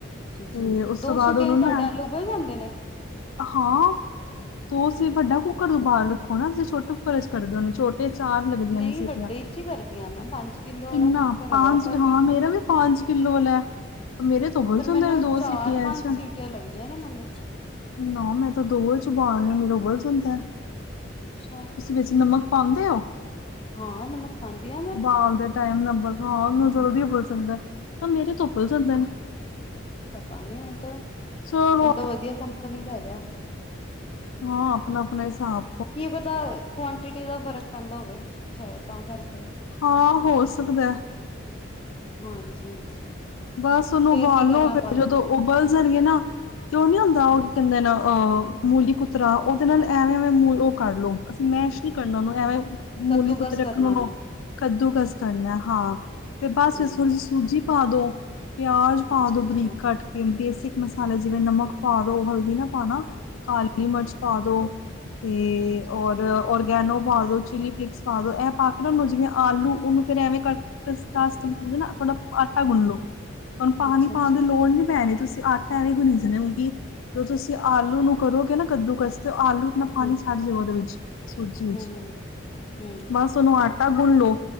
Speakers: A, on the left; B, on the left.
A: ਤੇ
B: ਦੋ,
A: ਉਸ ਤੋਂ ਬਾਅਦ
B: ਸਿਟੀਆਂ
A: ਉਹਨੂੰ
B: ਚ ਤੁਹਾਡੇ
A: ਨਾ
B: ਆਲੂ ਓਬਲ ਜਾਂਦੇ ਨੇ।
A: ਹਾਂ। ਤੂੰ ਅਸੀਂ ਵੱਡਾ ਕੁੱਕਰ ਤੋਂ ਓਬਾਲ ਰੱਖੋ ਨਾ, ਤੁਸੀਂ ਛੋਟੇ ਕੁੱਕਰ, ਕਰਦੇ ਹੋ। ਛੋਟ- ਤੇ ਚਾਰ ਲੱਗਦੀਆਂ
B: ਨਹੀਂ
A: ਨੇ ਸੀਟੀਆਂ।
B: ਵੱਡੇ ਚ ਹੀ ਕਰਦੀ ਆ ਮੈਂ ਪੰਜ ਕਿੱਲੋ ਵਾਲਾ
A: ਕਿੰਨਾ?
B: ਕੁੱਕਰ
A: ਪੰਜ
B: ਹੈਗਾ ਪਰ
A: ਹਾਂ।
B: ਮੈਨੂੰ
A: ਮੇਰਾ ਵੀ ਪੰਜ। ਕਿੱਲੋ ਲੈ। ਮੇਰੇ ਤੇ ਓਬਲ
B: ਪਰ
A: ਜਾਂਦੇ
B: ਮੈਨੂੰ
A: ਨੇ, ਦੋ
B: ਚਾਰ
A: ਸੀਟੀਆਂ
B: ਪੰਜ
A: ਚ।
B: ਸੀਟੀਆਂ ਲੱਗਦੀਆਂ ਨੇ ਮੈਨੂੰ
A: ਨਾ। ਮੈਂ ਤਾਂ, ਦੋਵੇ ਚ ਓਬਾਲਦੀ ਮੇਰਾ ਓਬਲ ਜਾਂਦਾ ਏ।
B: ਅੱਛਾ
A: ਵਿੱਚ ਨਮਕ ਪਾਉਂਦੇ ਹੋ?
B: ਹਾਂ ਨਮਕ ਪਾਉਂਦੀ ਆ ਮੈਂ
A: ਉਬਾਲਦੇ ਟਾਈਮ ਨ- ਬਗਵਾਨ ਨੂੰ ਜਲਦੀ ਉਬਲ ਜਾਣਦੇ ਨੇ, ਪਰ ਮੇਰੇ ਤੋਂ ਉਬਲ ਜਾਂਦੇ ਨੇ।
B: ਪਤਾ ਨੀ, ਮੈਂ ਤਾਂ,
A: ਚਲੋ
B: ਉਲਟਾ ਵਧੀਆ, ਕੰਪਨੀ ਦਾ ਹੈਗਾ।
A: ਹ ਆਪਣਾ- ਆਪਣਾ ਹਿਸਾਬ ।
B: ਕੀ ਪਤਾ, ਕੁਆਂਟਿਟੀ ਦਾ ਫ਼ਰਕ ਪੈਂਦਾ ਹੋਵੇ। ਸ਼ਾਇਦ ਤਾਂ, ਕਰਕੇ।
A: ਹਾਂ। ਹੋ, ਸਕਦਾ ਹੈ।
B: ਹਾਂਜੀ- ਹਾਂਜੀ।
A: ਬਸ ਉਹਨੂੰ
B: ਫੇਰ
A: ਉਬਾਲੋ,
B: ਕੀ ਕਰਨਾ
A: ਫੇਰ
B: ਉਬਾਲ
A: ਜਦੋਂ
B: ਕੇ
A: ਉਬਲ ਜਾਣਗੇ ਨਾ। ਤੇ ਉਹ ਨੀ ਹੁੰਦਾ,
B: ਹੂੰ
A: ਉਹ ਕਹਿੰਦੇ ਨੇ। ਅਹ ਮੂਲੀ ਕੁੂਤਰਾ ਉਹਦੇ ਨਾਲ ਐਵੇਂ, ਐਵੇਂ ਮ ਉਹ ਕਰ ਲਓ, ਅਸੀਂ ਮੈਸ਼ ਨੀ ਕਰਨਾ ਉਹਨੂੰ ਐਵੇਂ।
B: ਕੱਦੂਕਸ
A: ਮੂਲੀ ਕੁੱਤਰਨੂ
B: ਕਰਨਾ
A: ਰੱਖਣ,
B: ਉਹਨੂੰ
A: ਕੱਦੂ। ਕਸ ਕਰਨਾ ਹੈ, ਹਾਂ। ਤੇ, ਬਸ
B: ਹੂੰ
A: ਫ ਥੋੜੀ, ਜਿਹੀ ਸੂਜੀ ਪਾ ਦੋ। ਪਿਆਜ ਪਾ
B: ਅੱਛਾ
A: ਦੋ,
B: ਅੱਛਾ
A: ਬਰੀਕ ਕੱਟ ਕੇ। ਬੇਸ- ਕ ਮਸਾਲਾ ਜਿਵੇਂ ਨਮਕ ਪਾ ਦੋ, ਹਲਦੀ ਨਾ ਪਾਉਣਾ ਕਾਲੀ ਮਿਰਚ ਪਾ ਦੋ। ਤੇ,
B: ਅੱਛਾ ਅੱਛਾ
A: ਔਰ, ਔਰਗੈਨੋ। ਪਾ ਦੋ, ਚਿਲੀ ਫਲੇਕਸ ਪਾ ਦੋ। ਐਂ ਪਾ ਕੇ ਨਾ ਉਹਨੂੰ, ਜਿਵੇਂ ਆਲੂ ਉਹਨੂੰ ਫਿਰ, ਐਵੇਂ ਕਰ ਕੇ ਹੁੰਦੇ ਨਾ ਥੋੜ ਆਟਾ ਗੁਨ ਲੋ। ਹੁਣ, ਪਾਣੀ
B: ਅੱਛਾ
A: ਪਾਉਣ
B: ਅੱਛਾ
A: ਦੀ ਲੋੜ ਨੀ ਪੈਣੀ। ਤੁਸੀ ਆਟਾ ਐਵੇਂ ਹੀ, ਗੁਣੀ ਜਾਇਓ ਗੇ, ਕਿਉਕਿ ਜੋ ਤੁਸੀ ਆਲੂ ਨੂੰ ਕਰੋਗੇ ਨਾ ਕਦੂ ਕਸ, ਤੇ ਆਲੂ ਆਪਣਾ ਪਾਣੀ
B: ਹੂੰ
A: ਛਡ ਜਾਓ, ਉਹਦੇ ਵਿਚ। ਸੂਜੀ,
B: ਹੂੰ ਹੂੰ ਹੂੰ
A: ਬੱਸ ਉਹਨੂੰ ਆਟਾ ਗੁਨ ਲੋ।